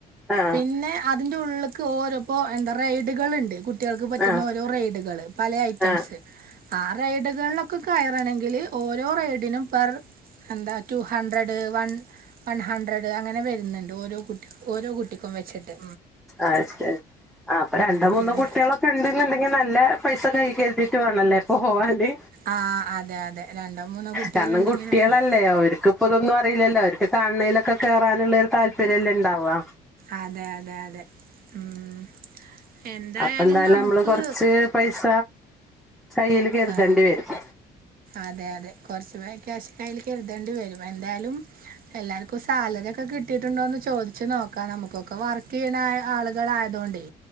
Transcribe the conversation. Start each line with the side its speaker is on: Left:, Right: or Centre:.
Centre: ആ
Right: പിന്നെ അതിന്റെ ഉള്ള്ക് ഓരോ പ്പോ എന്താ റൈഡുകൾണ്ട് കുട്ടികൾക്ക് പറ്റുന്ന
Centre: ആ
Right: ഓരോ റൈഡുകൾ പല ഐറ്റംസ്
Centre: ആ
Right: ആ റൈഡുകളിലൊ കയറണെങ്കിൽ ഓരോ റെയ്ഡിനും പെർ എന്താ two hundred one one hundred അങ്ങനെ വരുന്നുണ്ട് ഓരോ ഓരോ കുട്ടിക്കും വെച്ചിട്ട്
Centre: അഹ് ആഹ് അപ്പൊ രണ്ടോ മൂന്നോ
Right: ഉം.
Centre: കുട്ടികള് ക്കെ ഇണ്ട്ണ്ന്നുണ്ടെങ്കിൽ നല്ല പൈസ കൈ കരുതിട്ട്‌ വേണല്ലേ പോവാന്
Right: ആഹ് അതെ അതെ രണ്ടോ മൂന്നോ കുട്ടികളുണ്ടെങ്കിൽ
Centre: കാരണം കുട്ടിളല്ലേ
Right: നല്ല-
Centre: അവർക്ക് ഇപ്പതൊന്നും അറിയില്ലല്ലോ അവർക്ക് കാണണേലൊക്കെ കേറാനുള്ളൊരു താല്പര്യല്ലേ ഇണ്ടാവാ
Right: അതെ അതെ അതെ ഉം എന്തായാലും
Centre: അപ്പൊ
Right: നമുക്ക്
Centre: നമ്മള് കൊറച്ച് പൈസ കയ്യിൽ കരുതണ്ടി
Right: ആ
Centre: വരും
Right: അതെ അതെ കുറച്ച് ക്യാശ് കയ്യിൽ കരുതേണ്ടി വരും എന്തായാലും എല്ലാർക്കും സാലറി ഒക്കെ കിട്ടിയിട്ടുണ്ടോന്ന് ചോദിച്ചു നോക്കാം നമുക്കൊക്കെ വർക്ക് ചെയ്യണ ആളുകളയതോണ്ടെ